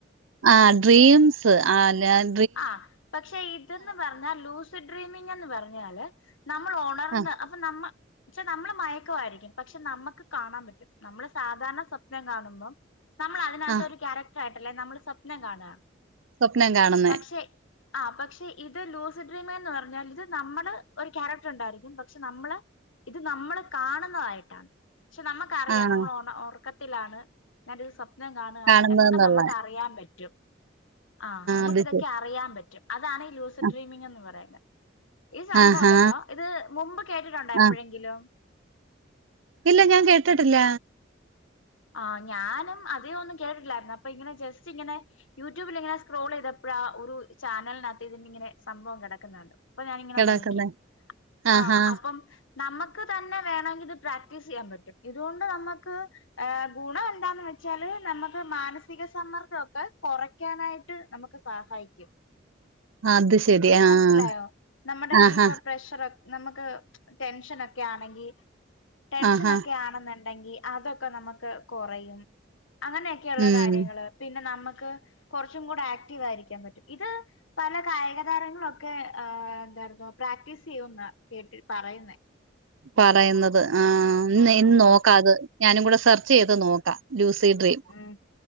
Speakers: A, on the right; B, on the left.
A: ആഹ് ഡ്രീംസ് ആഹ് ല്ലാൻ
B: ആഹ് പക്ഷെ ഇതെന്ന് പർഞ്ഞാ ലൂസ് സ് ഡ്രീമിങ്ങെന്ന് പറഞ്ഞാല് നമ്മൾ ഒണർന്ന്
A: ആഹ്
B: അപ്പം നമ്മ ച്ച നമ്മള് മയക്കവായിരിക്കും. പക്ഷെ നമ്മക്ക് കാണാൻ പറ്റും. നമ്മള് സാധാരണ സ്വപ്നം കാണുമ്പം നമ്മളതിനകത്തൊരു
A: ആഹ്
B: ക്യാരക്ടറായിട്ടല്ലേ നമ്മൾ സ്വപ്നം കാണാ.
A: സ്വപ്നം കാണും.
B: പക്ഷേ ആഹ് പക്ഷെ ഇത് ലൂസ് ഡ്രീമ്ന്ന് പറഞ്ഞാൽ ഇത് നമ്മള് ഒരു ക്യാരക്ടറുണ്ടായിരിക്കും. പക്ഷെ നമ്മള് ഇത് നമ്മള് കാണുന്നതായിട്ടാണ്. പക്ഷെ നമ്മക്കറിയാം
A: ആഹ്
B: നമ്മളോണ ഒറക്കത്തിലാണ് ഞാനൊരു സ്വപ് നം കാണാണ്
A: കാണുന്നതെന്നുള്ള
B: എന്നൊക്കെ നമുക്ക് അറിയാൻ പറ്റും. ആഹ് നമുക്കിതൊക്കെ
A: അത് ശരി
B: അറിയാൻ പറ്റും. അതാണ് ഈ ലൂസ്
A: ആ,
B: ഡ്രീമിംഗ് എന്ന് പറയുന്നെ. ഈ സംഭവം
A: ആഹാ
B: ഉണ്ടല്ലോ ഇത് മുമ്പ് കേട്ടിട്ടുണ്ടോ എപ്പഴെങ്കിലും?
A: ആഹ് ഇല്ല ഞാൻ കേട്ടിട്ടില്ല.
B: ആഹ് ഞാനും അധിക ഒന്നും കേട്ടിട്ടില്ലായിരുന്നു. അപ്പൊ ഇങ്ങനെ ജസ്റ്റ് ഇങ്ങനെ യൂട്യൂബിൽ ഇങ്ങനെ സ്ക്രോൾ ചെയ്തെപ്പഴാ ഒരു ചാനലിനകത്ത് ഇത് നിങ്ങനെ സംഭവം കിടക്കുന്ന കണ്ടു. അപ്പം ഞാനിങ്ങനെ
A: കിടക്കുന്നേ
B: നോക്കി.
A: ആഹാ
B: ആഹ് അപ്പം നമക്ക് തന്നെ വേണമെങ്കി ഇത് പ്രാക്ടീസ് ചെയ്യാൻ പറ്റും. ഇതുകൊണ്ട് നമക്ക് ഏഹ് ഗുണം എന്താന്ന് വെച്ചാല് നമുക്ക് മാനസിക സമ്മർദ്ദവൊക്കെ കുറയ്ക്കാനായി ട്ട് നമുക്ക് സഹായിക്കും.
A: ആ, അത് ശരി ആഹ്
B: മൻസിലായോ? നമ്മുടെ
A: ആഹാ
B: ഇപ്പൊ പ്രഷർ ഒ നമുക്ക് ടെൻഷനൊക്കെ ആണെങ്കി ടെൻഷനൊക്കെ
A: ആഹാ
B: ആണെന്നുണ്ടെങ്കി അതൊ ക്കെ നമക്ക് കൊറയും അങ്ങനെയൊക്കെയുള്ള
A: ഉം
B: കാര്യങ്ങള്. പിന്നെ നമ്മക്ക് കൊറച്ചും കൂടെ ആക്റ്റീവ് ആയിരിക്കാൻ പറ്റും. ഇത് പല കായിക താരങ്ങളൊക്കെ ഏഹ് എന്തായിരുന്നു പ്രാക്ടീസ് ചെയ്യുംന്നാ കേട്ട് പറയുന്നേ.
A: പറയുന്നത്. ആഹ് ഇന്ന്
B: ഉം
A: ഇന്ന് നോക്കാ അത്. ഞാനും കൂടെ സെർച്ച് ചെയ്ത് നോക്കാ. ലൂസി ഡ്രീം
B: ഉം